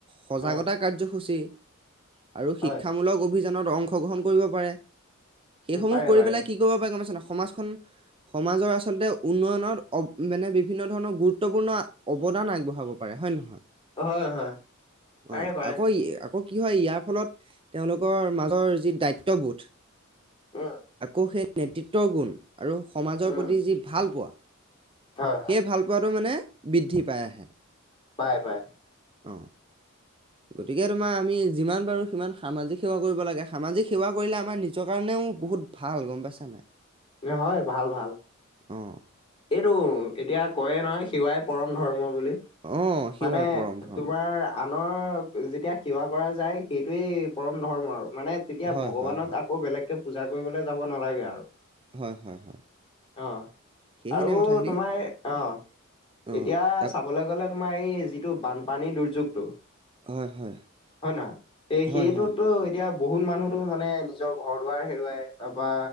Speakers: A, on the right; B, on the left.
A: সজাগতা
B: অ
A: কাৰ্যসূচী। আৰু
B: হয়
A: শিক্ষামূলক অভিযানত অংশগ্ৰহণ কৰিব পাৰে, সেইসমূহ
B: উম পাৰে
A: কৰি
B: পাৰে
A: পেলাই কি তো বাবে গম পাইছ নাই সমাজখন সমাজৰ আচলতে উন্নয়ন অ মানে বিভিন্ন ধৰণৰ গুৰুত্বপূৰ্ণ অৱদান আগবঢ়াব। হব পাৰে হয় নহয়,
B: হয় হয় পাৰে
A: অ
B: পাৰে
A: আকৌ ই আকৌ কি হয় ইয়াৰ ফলত তেওঁলোকৰ মাজৰ যি দায়িত্ববোধ।
B: উম
A: আকৌ সেই নেতৃত্বৰ গুণ আৰু সমাজৰ
B: উম
A: প্ৰতি যি ভাল পোৱা।
B: হয় হয়
A: সেই ভাল পোৱাটো মানে বৃদ্ধি পাই আহে।
B: পায় পায়।
A: অ গতিকে তোমাৰ আমি যিমান পাৰোঁ সিমান সামাজিক সেৱা কৰিব লাগে সামাজিক সেৱা কৰিলে আমাৰ নিজৰ কাৰণেও বহুত ভাল গম পাইছা নাই।
B: এ হয় ভাল ভাল।
A: অ
B: এইটো এতিয়া কয় নহয় সিৱাই পৰম ধৰ্ম বুলি।
A: অ সেৱাই
B: মানে
A: পৰম ধৰ্ম
B: তোমাৰ আনৰ যেতিয়া সেৱা কৰা যায় সেইটোৱেই পৰম ধৰ্ম আৰু মানে তেতিয়া
A: হয়
B: ভগৱানক
A: হয় হয়
B: আকৌ বেলেগকে পূজা কৰিবলে যাব নালাগে আৰু।
A: হয় হয় হয়।
B: অ
A: সেইখিনি
B: আৰু
A: কথাখিনি
B: তোমাৰ অ
A: অ
B: এতিয়া
A: আক-
B: চাবলে গ'লে তোমাৰ এই যিটো বানপানী দুৰ্যোগটো।
A: হয় হয়
B: হয় নহয় এই সেইটো
A: হয় হয়
B: এতিয়া বহুত মানুহতো মানে নিজৰ ঘৰ দুৱাৰ হেৰুৱাই তাৰপা